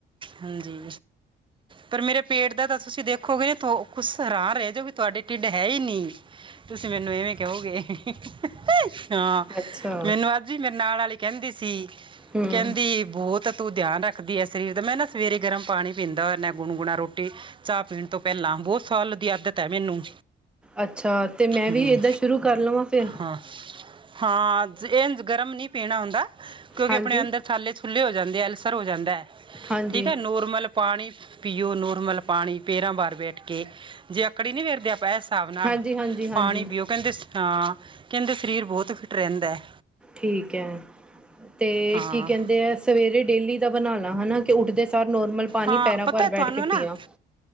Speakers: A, on the right (about 25°); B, in the centre.
A: ਹਾਂਜੀ। ਪਰ ਮੇਰੇ ਪੇਟ ਦਾ ਤਾਂ ਤੁਸੀਂ ਦੇਖੋਗੇ ਤੋ ਕੁਝ ਸਰਾਹ ਰਹਿ ਜੇਵੀ ਤੁਹਾਡੇ ਢਿੱਡ ਹੈ ਹੀ ਨੀ। ਤੁਸੀਂ ਮੈਨੂੰ ਇਵੇਂ ਕਹੋਗੇ, <unintelligible> ਹਾਂ
B: ਅੱਛਾ
A: ਮੈਨੂੰ ਅ ਮੇਰੇ ਨਾਲ ਆਲੀ ਕਹਿੰਦੀ ਸੀ,
B: ਹੂੰ
A: ਕਹਿੰਦੀ ਬਹੁਤ ਤੂੰ ਧਿਆਨ ਰੱਖਦੀ ਇ ਸਰੀਰ ਤੇ ਮੈਂ ਨਾ ਸਵੇਰੇ ਗਰਮ ਪਾਣੀ ਪੀਂਦਾ, ਨੇ ਗੁਨਗੁਣਾ ਰੋਟੀ ਚਾਹ ਪੀਣ ਤੋਂ ਪਹਿਲਾਂ ਬਹੁਤ ਸਾਲ ਦੀ ਆਦਤ ਹੈ ਮੈਨੂੰ।
B: ਅੱਛਾ ਤੇ ਮੈਂ
A: ਹੂੰ
B: ਵੀ ਇਏਦਾਂ ਸ਼ੁਰੂ ਕਰ ਲਵਾਂ ਫਿਰ
A: ਹਾਂ ਹਾਂ ਜਿ ਇਂਜ ਗਰਮ ਨਹੀਂ ਪੀਣਾ ਹੁੰਦਾ ਕਿਉਂਕਿ
B: ਹਾਂਜੀ
A: ਆਪਣੇ ਅੰਦਰ ਛਾਲੇ ਛੁੱਲੇ ਹੋ ਜਾਂਦੇ ਆ ਅਲਸਰ ਹੋ ਜਾਂਦਾ ਏ
B: ਹਾਂਜੀ
A: ਠੀਕ ਹੈ ਨੋਰਮਲ ਪਾਣੀ ਪੀਓ, ਨੋਰਮਲ ਪਾਣੀ ਪੇਰਾਂ ਬਾਹਾਰ ਬੈਠ ਕੇ ਜੇ ਅਕੜੀ ਨੀ ਫਿਰਦੇ ਆ ਬੈਸ ਹਿਸਾਬ ਨਾਲ,
B: ਹਾਂਜੀ ਹਾਂਜੀ ਹਾਂਜੀ
A: ਪਾਣੀ ਪੀਓ ਕਹਿੰਦੇ ਅ ਕਹਿੰਦੇ ਸਰੀਰ ਬਹੁਤ ਫਿੱਟ ਰਹਿੰਦਾ ਹੈ।
B: ਠੀਕੇ ਤੇ
A: ਹਾਂ
B: ਕੀ ਕਹਿੰਦੇ ਆ ਸਵੇਰੇ ਡੇਲੀ ਦਾ ਬਨਾਣਾ ਹੈ ਨਾ ਕਿ ਉੱਠਦੇ ਸਾਰ ਨੋਰਮਲ ਪਾਣੀ
A: ਹਾਂ,
B: ਪੈਰਾਂ
A: ਪਤਾ
B: ਭਰ ਬੈਠ
A: ਤੁਹਾਨੂੰ
B: ਕੇ
A: ਨਾ
B: ਪੀਆ